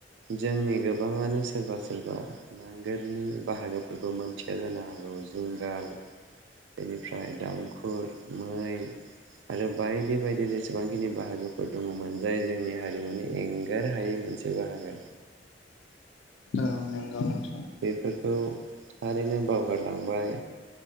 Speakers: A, on the right; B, on the left.
A: जोंनि गोबाङानो सोरबा सोरबा नो नोगोरनि बाहागोफोरबोमोन खोथिया जानो हागौ जुंगाल बेनिफ्राय दामखुर मै आरो बायदि बायदि जेसेबांखिनि बाहागोफोर दङमोन जाय जोंनि हारिमुनि एंगार हायै मोनसे बाहागो
B: औ नंगौ नों
A: बेफोरखौ थारैनो बावगारलांबाय